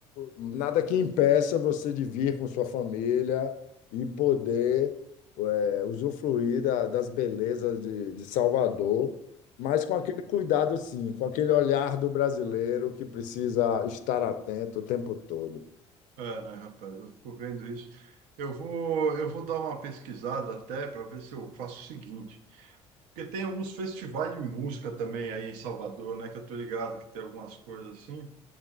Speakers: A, on the left (about 60°); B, on the right (about 70°).
A: nada que impeça você de vir com sua família e poder é, usufruir da- das belezas de, de Salvador, mas com aquele cuidado, sim, com aquele olhar do brasileiro que precisa estar atento o tempo todo.
B: É, né, rapaz, eu fico vendo isso. Eu vou, eu vou dar uma pesquisada até para ver se eu faço o seguinte. Porque tem alguns festivais de música também aí em Salvador, né? Que eu tô ligado que tem algumas coisas assim.